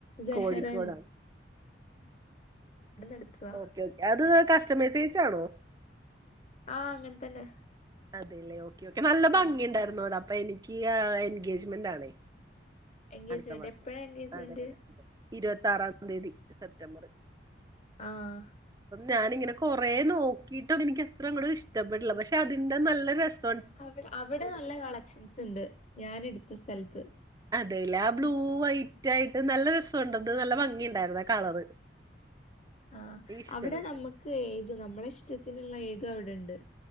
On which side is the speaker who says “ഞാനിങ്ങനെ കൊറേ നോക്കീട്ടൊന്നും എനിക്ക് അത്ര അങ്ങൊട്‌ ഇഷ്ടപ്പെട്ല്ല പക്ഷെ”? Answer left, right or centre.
Right